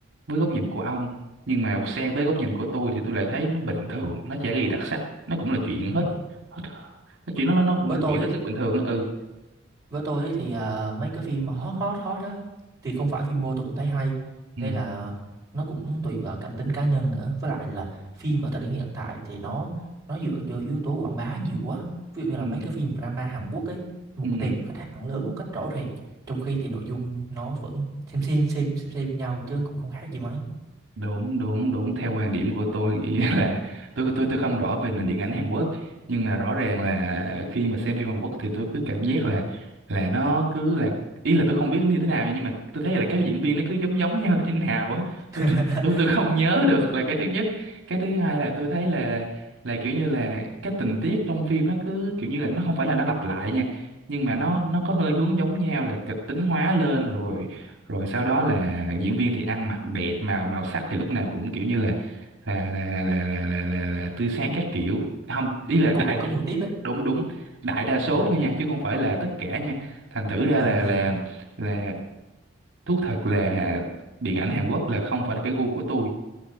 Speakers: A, on the right; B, on the right.
A: với góc nhìn của ông nhưng mà sang với góc nhìn của tôi thì tôi lại thấy nó bình thường nó chả có gì đặc sắc nó cũng là chuyện hết
B: đúng rồi
A: hết nó
B: với
A: chuyện nó nó cũng
B: với
A: là
B: tôi
A: chuyện hết
B: á,
A: sức bình thường á ừ
B: Với tôi ấy thì à, mấy cái phim mà hot hot hot đó thì không phải phim mô tôi cũng thấy hay
A: ừ
B: nên là nó cũng tùy vào cảm tính cá nhân nữa với lại là phim ở thời điểm hiện tại thì nó nó dựa vô yếu tố quảng bá nhiều quá ví dụ như là
A: ừ
B: mấy cái phim drama Hàn Quốc ấy mục
A: ừ
B: tiêu khách hàng lớn một cách rõ rệt trong khi thì nội dung nó vẫn xem xem xem xem, xem nhau chứ cũng không khác gì mấy
A: đúng đúng đúng theo quan điểm của tôi ý <laughs> là tôi tôi tôi không rõ về nền điện ảnh Hàn Quốc nhưng mà rõ ràng là khi mà xem phim Hàn Quốc thì tôi cứ cảm giác là là nó cứ là ý là tôi không biết như thế nào nha, nhưng mà tôi thấy là các diễn viên nó cứ giống giống nhau <laughs> thế nào á tôi
B: <laughs>
A: tôi tôi tôi không nhớ được là cái thứ nhất cái thứ hai là tôi thấy là là kiểu như là các tình tiết trong phim nó cứ kiểu như là nó không phải là nó lặp lại nha nhưng mà nó nó có hơi hướng giống nhau là kịch tính hóa lên rồi rồi sau đó là diễn viên thì ăn mặc đẹp màu màu sắc thì lúc nào cũng kiểu như là là là là là là, là, là tươi sáng các kiểu không ý là
B: nó
A: đại
B: cùng một cái mô típ ấy
A: đúng đúng đại đa số
B: Ừ.
A: thôi nha chứ không phải là tất cả nha thành thử ra
B: à,
A: là là là thú thật là điện ảnh Hàn Quốc là không phải là cái gu của tôi